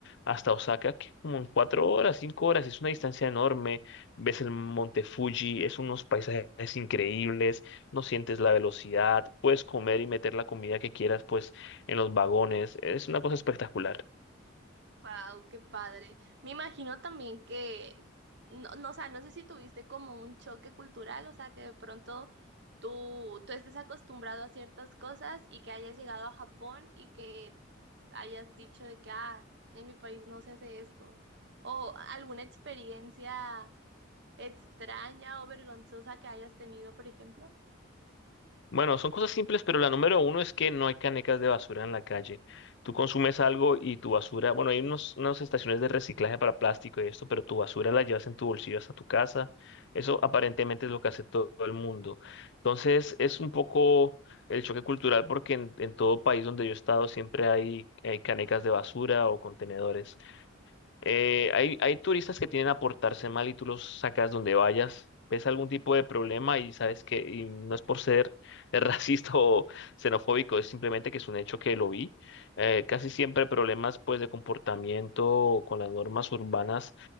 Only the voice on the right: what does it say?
Wow, qué padre. Me imagino también que, no, no, o sea, no sé si tuviste como un choque cultural, o sea, que de pronto tú, tú estés acostumbrado a ciertas cosas y que hayas llegado a Japón y que hayas dicho de que, ah, en mi país no se hace esto. O alguna experiencia extraña o vergonzosa que hayas tenido, por ejemplo.